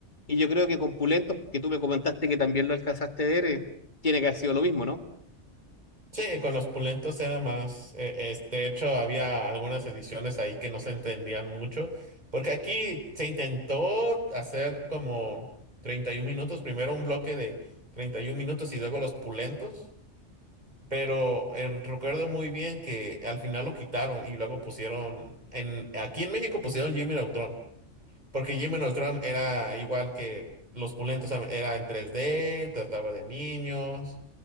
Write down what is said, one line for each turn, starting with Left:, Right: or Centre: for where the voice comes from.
Left: Y yo creo que con Pulentos, que tú me comentaste que también lo alcanzaste a ver, eh, tiene que haber sido lo mismo, ¿no?
Right: Sí, con los pulentos era más, eh, es- de hecho había algunas ediciones ahí que no se entendían mucho, porque aquí se intentó hacer como 31 minutos, primero un bloque de 31 minutos y luego los pulentos, pero eh, recuerdo muy bien que al final lo quitaron y luego pusieron, en, aquí en México pusieron Jimmy Neutron, porque Jimmy Neutron era igual que los pulentos, era en tres d trataba de niños.